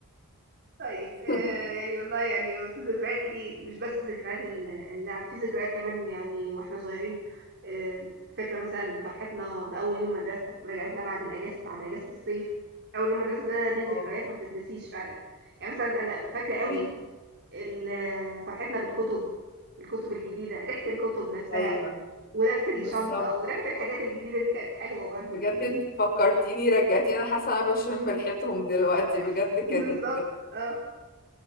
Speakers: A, on the right; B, on the left.
A: طيب آه
B: <laughs>
A: يعني والله يعني في ذكريات كتير مش بس ذكريات ال- اللعب في ذكريات كمان يعني واحنا صغيرين آه فاكره مثلا فرحتنا باول يوم مدرسه رجعتنا بعد الاجازه بعد اجازه الصيف اول يوم مدرسه ده ليه ذكريات
B: اه
A: ما بتتنسيش فعلا يعني مثلا انا فاكره قوي
B: ايوه
A: ال- فرحتنا بالكتب الكتب الجديده ريحه الكتب نفسها
B: ايوه
A: وريحة الشنطة
B: بالظبط
A: وريحة الحاجات الجديدة دي كانت حلوة برضو
B: بجد
A: يعني
B: انتي فكرتيني رجعتي انا حاسه انا بشم ريحتهم دلوقتي بجد
A: <laughs>
B: كانت
A: بالظبط اه